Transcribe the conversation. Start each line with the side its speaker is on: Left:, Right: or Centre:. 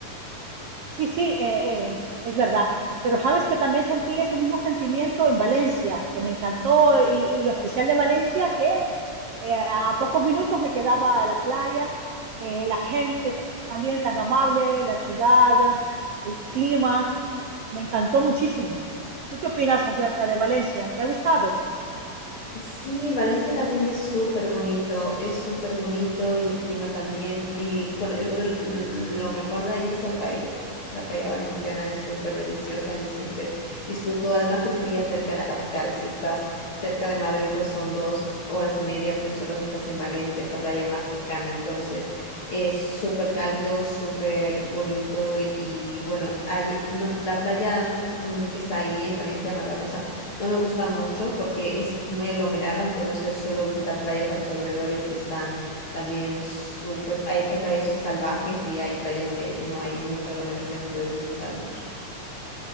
Right: Sí, sí, eh, eh, es verdad. Pero sabes que también sentí ese mismo sentimiento en Valencia, que me encantó y, y lo especial de Valencia, que Eh, a pocos minutos me quedaba la playa, eh, la gente ta- también tan amable, la ciudad, el clima, me encantó muchísimo. ¿Tú qué opinas acerca de Valencia? ¿Te ha gustado?
Left: Sí, Valencia también es súper bonito, es súper bonito y el clima también. Y bueno, yo creo que l- lo mejor de ahí es la paella. La paella valenciana es súper deliciosa, yo siempre disfruto. Además que te pilla cerca de la capital. Si estás cerca de Madrid, pues son dos horas y media, tres horas y estás en Valencia, es la playa más cercana. Entonces es súper cálido, súper bonito y, y bueno, hay, no- la playa mm, que está ahí en Valencia, Malvarrosa no me gusta mucho porque es muy aglomerada, entonces suelo visitar playas a los alrededores y están también súper, hay, hay playas salvajes y hay playas que no hay mucha aglomeración, puedes disfrutar mucho.